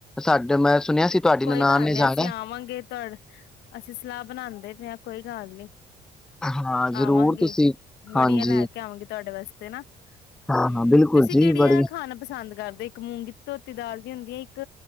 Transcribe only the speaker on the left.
ਕੋਈ
ਗੱਲ
ਨਹੀਂ
ਅਸੀਂ ਆਵਾਂਗੇ ਤੁਹਾਡੇ ਅਸੀਂ ਸਲਾਹ ਬਣਾਉਦੇ ਪਏ ਹਾਂ ਕੋਈ ਗੱਲ ਨੀ
ਆਵਾਂਗੇ
ਵੜੀਆਂ
ਲੈ ਕੇ ਆਵਾਂਗੇ ਤੁਹਾਡੇ ਵਾਸਤੇ ਨਾ
ਹਮ
ਤੁਸੀਂ
ਕਿਹੜੀਆਂ
ਖਾਣਾ ਪਸੰਦ ਕਰਦੇ ਇੱਕ ਮੂੰਗੀ ਧੋਤੀ ਦਾਲ ਦੀ ਹੁੰਦੀ ਹੈ ਇੱਕ